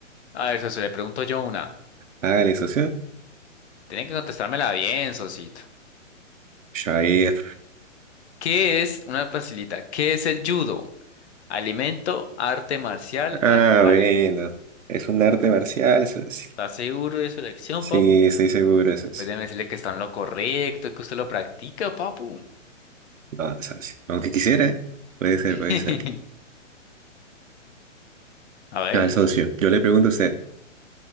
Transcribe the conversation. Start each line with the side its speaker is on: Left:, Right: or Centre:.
Left: A ver, socio, le pregunto yo una.
Right: hágale, socio.
Left: Tiene que contestármela bien, socito.
Right: Shair.
Left: ¿Qué es, una facilita, qué es el judo? Alimento, arte marcial,
Right: Ah,
Left: animal.
Right: bueno, es un arte marcial, socio.
Left: ¿Estás seguro de su elección,
Right: Sí, estoy seguro, socio.
Left: Pues déjeme decirle que está en lo correcto, que usted lo practica, papu.
Right: No, socio, aunque quisiera, ¿eh? Puede ser, puede
Left: <laughs>
Right: ser.
Left: A ver,
Right: Al socio, yo le pregunto a usted.